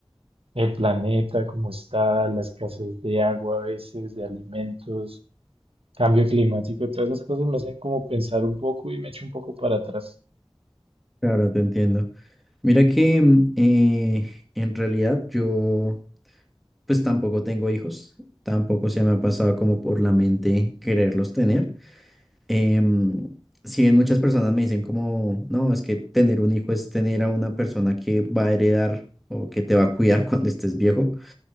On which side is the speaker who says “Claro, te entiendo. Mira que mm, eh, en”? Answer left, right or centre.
Centre